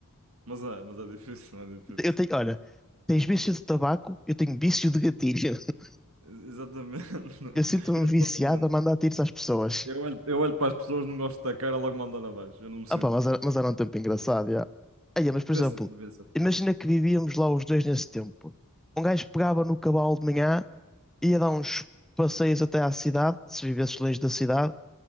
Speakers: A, on the right; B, in the centre.
A: Mas é, mas é difícil, é difícil.
B: Eu tenho, olha, tens vício de tabaco, eu tenho vício de gatilho. <laughs>
A: Ex- Exatamente. <laughs>
B: Eu sinto-me
A: Eu
B: viciado
A: não aguento.
B: a mandar tiros às pessoas.
A: Eu olho, eu olho para as pessoas, não gosto da cara, logo mando andar abaixo. Eu não me sinto.
B: Ah pá, mas era, mas era um tempo engraçado, já. Aí, mas por
A: Devia
B: exemplo,
A: ser, devia ser.
B: imagina que vivíamos lá os dois nesse tempo. Um gajo pegava no cavalo de manhã, ia dar uns passeios até à cidade, se vivesses longe da cidade,